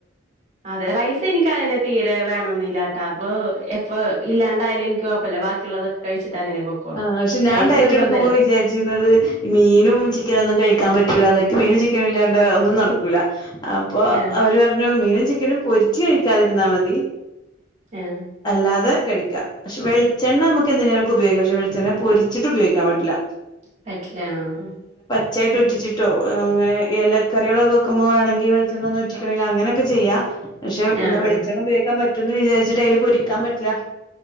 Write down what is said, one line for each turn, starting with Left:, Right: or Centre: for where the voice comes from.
Right: അതെ റൈസ് എനിക്കങ്ങനെ തീരെ വേണൊന്നില്ലാട്ടാ അപ്പൊ എപ്പ ഇല്ലാണ്ടായാലും എനിക്ക് കുഴപ്പല്ല ബാക്കിയുള്ളതൊക്കെ കഴിച്ചിട്ട് അങ്ങനെ പൊക്കോളും
Left: ആഹ് പക്ഷെ ഞാൻ
Right: റൈസ്
Left: ഡയറ്റെടുക്കുമ്പോ
Right: നിർബന്ധല്ല
Left: വിചാരിച്ചിരുന്നത് മീനും ചിക്കനും ഒന്നും കഴിക്കാൻ പറ്റി റ്റൂലാന്നാ ക്ക്‌ മീനും ചിക്കനും ഇല്ലാണ്ട് ഒന്നും നടക്കൂല അപ്പൊ
Right: ആഹ്
Left: അവര് പറഞ്ഞു മീനും ചി ക്കനും പൊരിച്ചു കഴിക്കാതിരുന്നാ മതി
Right: ആഹ്
Left: അല്ലാതെ കഴിക്ക പക്ഷെ വെളിച്ചെണ്ണ മ്മക്കെന്തിനേലൊക്കെ ഉപയോഗിക്ക പക്ഷെ വെളിച്ചെണ്ണ പൊരിച്ചിട്ട് ഉപയോഗിക്കാൻ പറ്റില്ല
Right: പറ്റില്ല ആഹ്
Left: ച്ചായിട്ട് ഉറ്റിച്ചിട്ടോ അങ്ങനെ ഇല കറികളൊക്കെ വെക്കുമ്പോ വാണെങ്കി വെളിച്ചെണ്ണ ഒന്നുറ്റിക്കണങ്കില് അങ്ങനൊക്കെ ചെയ്യാ പക്ഷെ
Right: ആഹ്
Left: ന്നാ വെളിച്ചെണ്ണ
Right: ആഹ്
Left: ഉപയോഗിക്കാൻ പറ്റുന്ന് വിചാരിച്ചിട്ട് അയ്ല് പൊരിക്കാൻ പറ്റില്ല